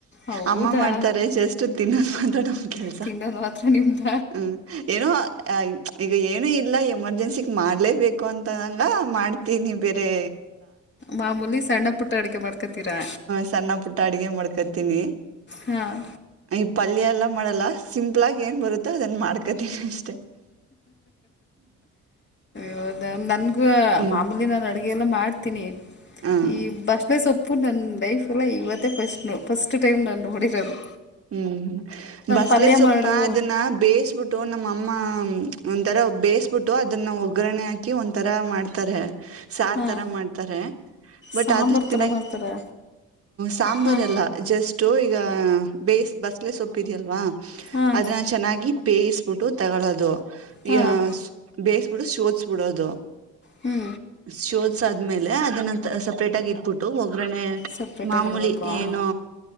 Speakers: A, on the left; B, on the right.
A: ಹೌದಾ
B: ಅಮ್ಮ ಮಾಡ್ತಾರೆ ಜಸ್ಟ್ ತಿನ್ನೋದು ಮಾತ್ರ ನಮ್ ಕೆಲ್ಸ
A: ತಿನ್ನೋದು ಮಾತ್ರ ನಿಮ್ದ
B: ಹ್ಮ ಏನೋ ಈಗ ಏನು ಇಲ್ಲ ಎಮರ್ಜೆನ್ಸಿ ಮಾಡ್ಲೇಬೇಕು ಅಂತಂಗ ಹಾ ಮಾಡ್ತೀನಿ ಬೇರೆ <unintelligible>
A: ಮಾಮೂಲಿ ಸಣ್ಣ ಪುಟ್ಟ ಅಡುಗೆ ಮಾಡ್ಕೊತೀರಾ
B: ಸಣ್ಣ ಪುಟ್ಟ ಅಡ ಮಾಡ್ಕತೀನಿ
A: ಹಾಂ
B: ಈ ಪಲ್ಯ ಎಲ್ಲ ಮಾಡಲ್ಲ ಸಿಂಪಲ್ಲಾಗಿ ಏನ್ ಬರುತ್ತೆ ಅದನ್ ಮಾಡ್ಕ ಮಾಡ್ಕೋತಾನೆ
A: ಹೌದ ನನ್ ರ
B: ಹ್ಞೂ
A: ಮಾಮೂಲಿ ಅಡುಗೆಲ್ಲ ಮಾಡ್ತೀನಿ
B: ಹಾಂ
A: ಈ ಬಸ್ಲೆ ಸೊಪ್ಪ ಪು ನಂದ ಲೈಫ್ ಅಲ್ಲೇ ಇವತ್ತೇ ಫಸ್ಟ್ ಫಸ್ಟ್ ಟೈಮ ನಾನು ನೋಡಿದ ಅದು
B: ಹ್ಮ್ ಹ್ಮ ಬಸ್ಲೆ
A: ಪಲ್ಯ
B: ಸೊಪ್ನ
A: ಮಾಡು
B: ಅದನ್ನ ಬೇಯಿಸಬಿಟ್ಟು ನಮ್ಮಅಮ್ಮ ಒಂಥರ ಬೇಯಿಸಬಿಟ್ಟು ಅದನ್ನ ಒಗ್ಗರಣೆ ಹಾಕಿ ಒಂತರ ಮಾಡ್ತಾರೆ ಸಾರ್
A: ಹಾಂ
B: ತರ ಮಾಡ್ತಾರೆ ಬಟ್
A: ಸಾಂಬಾರು
B: ಅದು ತಿನಕ್
A: ಥರ ಮಾಡ್ತಾರೆ
B: ಸಾಂಬಾರ್
A: ಹಾಂ
B: ಅಲ್ಲಾ ಜಸ್ಟ್ <unintelligible> ಬೇಸ್ ಬಸ್ಲೆೇ ಸೊಪ್ಪಿದೆಯಲ್ವಾ
A: ಹಾಂ
B: ಅದನ್ನ ಚೆನ್ನಾಗಿ ಬೇಯಿಸಬಿಟ್ಟು ತಗೊಳ್ಳೋದು
A: ಹಾಂ
B: ಯ ಬೇ ಬಿ ಶೋದಸ್ ಬಿಡೋದು
A: ಹ್ಞೂ
B: ಶೋಶ ಸ ಆದ್ಮೇಲೆ ಅದನ್ನ ಸಪರೇಟ್ ಆಗಿ ಇಟ್ಬಿಟ್ಟು ಒಗಾರ್ನೆ
A: ಸಪ್ರೇಟಾಗಿ
B: ಮಾಮೂಲಿ
A: ಇಡಬೇಕು ಹಾಂ
B: ಏನು